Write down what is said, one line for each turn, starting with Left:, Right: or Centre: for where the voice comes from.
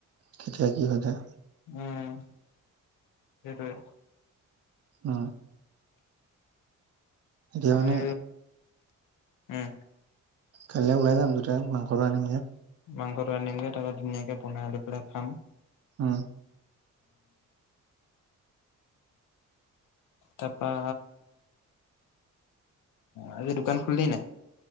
Right: কেতিয়া কি হৈ যায়।
Left: উম, সেইটোৱে।
Right: উ এৰি
Left: আজি
Right: মান
Left: উম,
Right: কাইলৈ ওলাই যাম দুতিয়া মাংসো আনিমগে।
Left: মাংসটো আনিমগে ত ধুনীয়াকে বনাই আকৌ পেলাই খাম।
Right: উম,
Left: তাৰপৰা আজি দোকান খলি নাই।